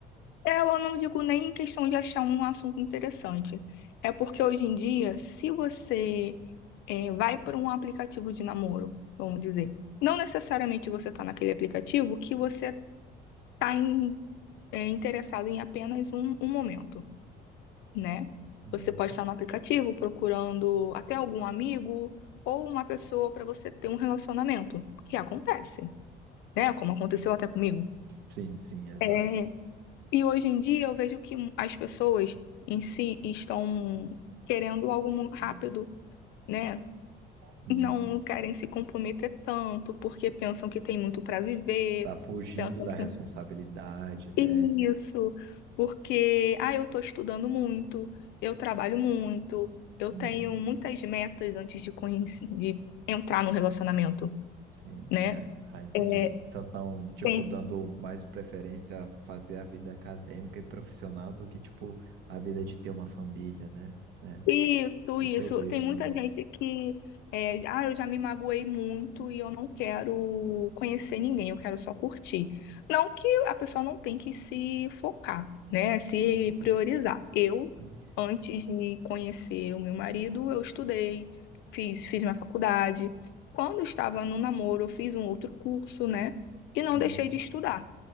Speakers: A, on the left; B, on the right.
A: Eu não digo nem em questão de achar um assunto interessante. É porque hoje em dia, se você é, vai para um aplicativo de namoro, vamos dizer. Não necessariamente você está naquele aplicativo que você está é, interessado em apenas um, um momento, né?
B: Uhum.
A: Você pode estar no aplicativo procurando até algum amigo ou uma pessoa para você ter um relacionamento, que acontece, né? Como aconteceu até comigo.
B: Sim, sim, exato.
A: É, e hoje em dia eu vejo que as pessoas em si estão querendo algo mu- rápido,
B: Hum.
A: né?
B: Hum,
A: não querem se comprometer tanto, porque pensam que tem muito para viver,
B: Tá fugindo
A: pensam
B: da
A: que
B: responsabilidade, né?
A: isso, porque ah, eu estou estudando muito, eu trabalho muito, eu
B: Uhum.
A: tenho muitas metas antes de conhecer, de entrar no relacionamento,
B: Sim, sim,
A: né?
B: ah, ah, entendi.
A: É,
B: Então, tão, tipo,
A: tem
B: dando mais preferência a fazer a vida acadêmica e profissional do que, tipo, a vida de ter uma família, né? É,
A: Isso,
B: isso
A: isso.
B: eu vejo
A: Tem muita
B: também.
A: gente que, é, ah, eu já me magoei muito e eu não quero conhecer ninguém, eu quero só curtir. Não que a pessoa não tem que se focar, né? Se
B: Uhum.
A: priorizar. Eu,
B: Sim.
A: antes de conhecer o meu marido, eu estudei, fiz, fiz minha faculdade. Quando eu estava no namoro, eu fiz um outro curso, né? E não
B: Uhum.
A: deixei de estudar.